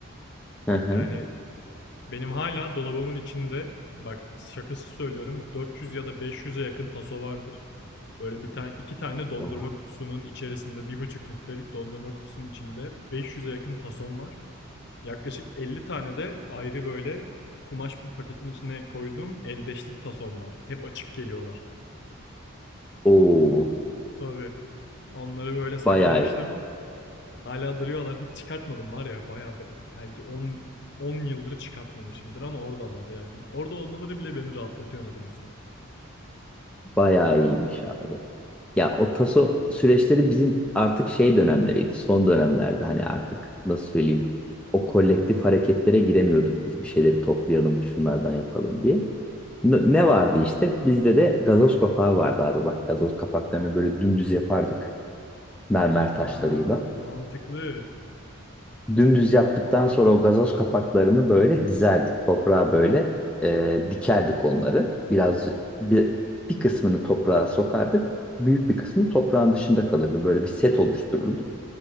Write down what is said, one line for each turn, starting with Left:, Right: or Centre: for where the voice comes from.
Centre: Hı hı.
Left: Yani Benim hala dolabımın içinde bak şakası söylüyorum 400 ya da 500'e yakın taso vardır. Böyle bir tane iki tane dondurma
Centre: Oha.
Left: kutusunun içerisinde bir buçuk litrelik dondurma kutusunun içinde 500'e yakın tason var. Yaklaşık 50 tane de ayrı böyle kumaş bir paketin içine koyduğum eldeşlik tason var. Hep açık geliyorlar.
Centre: Oo.
Left: On, tabii. Onları böyle saklamıştım.
Centre: Bayağı iyi-
Left: Hala duruyorlar. Hiç çıkartmadım var ya. Bayağı be- belki 10 10 yıldır çıkartmamışımdır ama oradalar yani. Orada olmaları bile beni rahatlatıyor nedense.
Centre: bayağı iyiymiş abi. Ya o taso süreçleri bizim artık şey dönemleriydi. Son dönemlerde hani artık nasıl söyleyeyim. O kolektif hareketlere giremiyorduk biz bir şeyleri toplayalım şunlardan yapalım diye. N- Ne vardı işte? Bizde de gazoz kapağı vardı abi. Bak gazoz kapaklarını böyle dümdüz yapardık mermer taşlarıyla.
Left: Aa, mantıklı.
Centre: Dümdüz yaptıktan sonra o gazoz kapaklarını böyle dizerdik. Toprağa böyle e, dikerdik onları. Biraz bir, bir kısmını toprağa sokardık. Büyük bir kısmı toprağın dışında kalırdı. Böyle bir set oluştururduk.